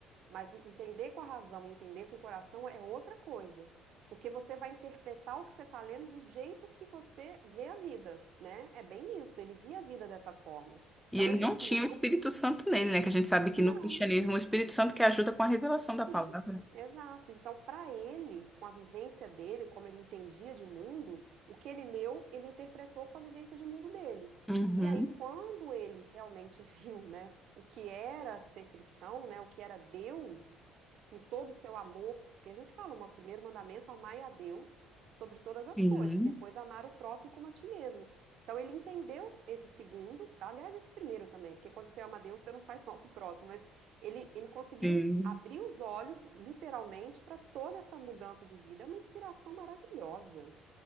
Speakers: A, on the right; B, in the centre.
A: mas entender com a razão e entender com o coração é outra coisa, porque você vai interpretar o que você está lendo do jeito que você vê a vida, né? É bem isso, ele via a vida dessa forma.
B: E
A: Então
B: ele
A: ele
B: não tinha
A: lê,
B: o Espírito Santo nele, né? Que a gente sabe que
A: não.
B: no cristianismo o Espírito Santo que ajuda com a revelação
A: Sim,
B: da palavra.
A: exato. Então, para ele, com a vivência dele, como ele entendia de mundo, o que ele leu, ele interpretou com a vivência de mundo dele.
B: Uhum.
A: E aí, quando ele realmente <laughs> viu, né, o que era ser cristão, né, o que era Deus, com todo o seu amor, porque a gente fala, o primeiro mandamento, amai a Deus sobre todas as
B: Sim,
A: coisas, e depois amar o próximo como a ti mesmo. Então, ele entendeu esse segundo, aliás, esse primeiro também, porque quando você ama a Deus, você não faz mal pro próximo, mas ele, ele conseguiu
B: sim,
A: abrir os olhos, literalmente, para toda essa mudança de vida. É uma inspiração maravilhosa.